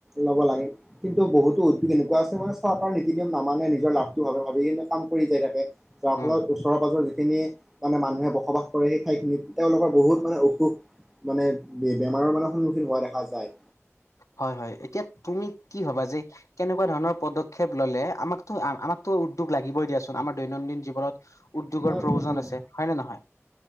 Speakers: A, in the centre; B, on the left.
A: ল'ব লাগে। কিন্তু বহুতো উদ্যোগ এনেকুৱা আছে মানে চৰকাৰৰ নীতি - নিয়ম নামানে নিজৰ লাভটো ভাবি ভাবিকিনে কাম কৰি যায় থাকে। যাৰ
B: উম
A: ফলত ওচ চৰ পাজৰ যিখিনি মানে মানুহে বসবাস কৰে সেই ঠাইখিনিত, তেওঁলোকৰ বহুত মানে অসুখ। মানে বে বেমাৰৰ মানে সন্মুখীন হোৱা দেখা যায়।
B: হয় হয় এতিয়া তুমি কি ভবা যে কেনেকুৱা ধৰণৰ পদ ক্ষেপ ল'লে আমাকতো আমাকতো উদ্যোগ লাগিবই দিয়াচোন আমাৰ দৈনন্দিন জীৱনত উদ্যোগৰ
A: উম
B: প্ৰয়োজন
A: উম উম
B: আছে হয় নে নহয়?